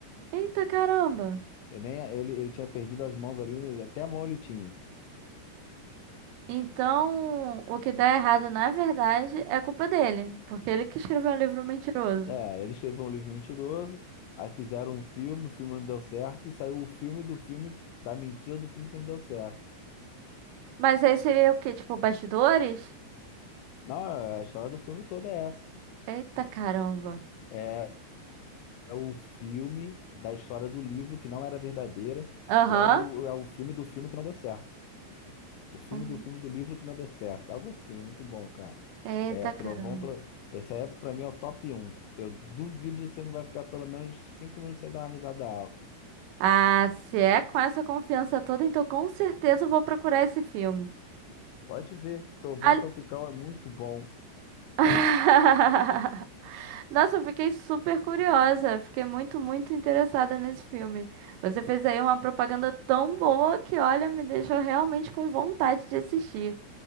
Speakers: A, on the right; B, on the left.
A: Eita caramba!
B: Ele, nem, ele, ele tinha perdido as mãos ali, até a mão ele tinha.
A: Então, o que dá errado, na verdade, é culpa dele, porque ele que escreveu um livro mentiroso.
B: É, ele escreveu um livro mentiroso, aí fizeram um filme, o filme não deu certo, e saiu o filme do filme, que- da mentira do filme que não deu certo.
A: Mas aí seria o quê? Tipo, bastidores?
B: Não, a história do filme toda é essa.
A: Eita caramba.
B: É, é o filme da história do livro que não era verdadeira,
A: Aham.
B: logo é o filme do filme que não deu certo. O filme
A: Uhum.
B: do filme do livro que não deu certo. Algo assim, muito bom, cara.
A: Eita
B: É, Trovão,
A: caramba.
B: tro... Esse aí, é, pra mim, é o top um. Eu duvido você não vai ficar pelo menos 5 minutos sem dar uma risada alta.
A: Ah, se é com essa confiança toda, então com certeza eu vou procurar esse filme.
B: Pode ver, Trovão
A: Ali-
B: Tropical é muito bom.
A: <laughs> Nossa, eu fiquei super curiosa. Fiquei muito, muito interessada nesse filme. Você fez aí uma propaganda tão boa que, olha, me deixou realmente com vontade de assistir.